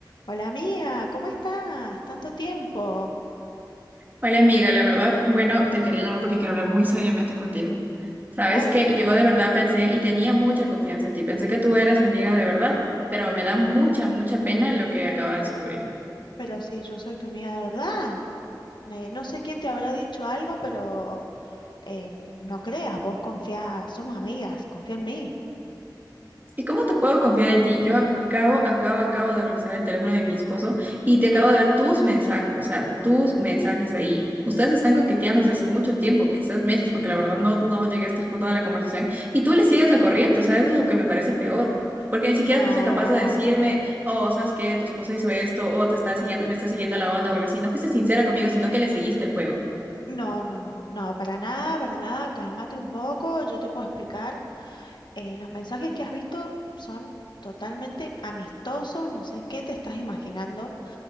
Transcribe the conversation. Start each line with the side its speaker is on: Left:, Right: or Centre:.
Left: Hola amiga, ¿cómo estás? Tanto tiempo.
Right: Hola amiga, la verdad, bueno, te quería llamar porque quiero hablar muy seriamente contigo. Sabes
Left: Ay,
Right: que yo de verdad pensé y tenía mucha confianza en ti, pensé que tú eras mi amiga de verdad, pero me da mucha, mucha pena lo que acaba de descubrir.
Left: pero sí, yo soy tu amiga de verdad. Ne- no sé quién te habrá dicho algo, pero eh, no creas, vos confía, somos amigas, confía en mí.
Right: ¿Y cómo te puedo confiar en ti? Yo acabo, acabo, acabo de revisar el teléfono de mi esposo y te acabo de ver tus mensajes, o sea, tus mensajes ahí. Ustedes están coqueteando desde hace mucho tiempo, quizás meses, porque la verdad no, no llegué hasta el fondo de la conversación y tú le sigues la corriente, o sea, eso es lo que me parece peor, porque
Left: No,
Right: ni siquiera fuiste capaz de decirme, oh, ¿sabes qué? Tu esposo hizo esto, o te está siguiendo, me está siguiendo la onda o algo así. No fuiste sincera conmigo, sino que le seguiste el juego.
Left: no, no, no, no, para nada, para nada, cálmate un poco, yo te puedo explicar. Eh, los mensajes que has visto son totalmente amistosos, no sé qué te estás imaginando.